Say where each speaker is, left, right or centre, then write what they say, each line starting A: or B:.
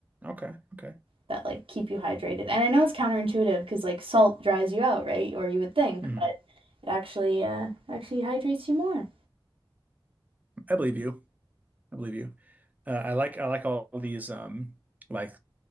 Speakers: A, on the right; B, on the right.
A: Okay, okay.
B: that like keep you hydrated. And I know it's counterintuitive because like salt dries you out, right? Or you would think,
A: Mhm.
B: but it actually uh actually hydrates you more.
A: I believe you. I believe you. Uh, I like I like all these um like